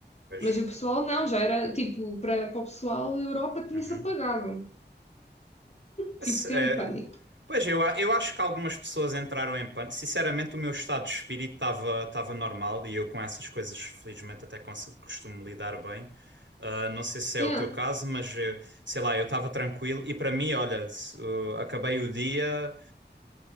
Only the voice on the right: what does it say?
Pois.
Uhum.
Se-
é,
pois eu, a- eu acho que algumas pessoas entraram em pânico. Sinceramente, o meu estado de espírito estava estava normal e eu com essas coisas, felizmente, até cons- costumo lidar bem. Ah, não sei se é
o teu caso, mas eh, sei lá, eu estava tranquilo e para mim, olha, de- uh, acabei o dia.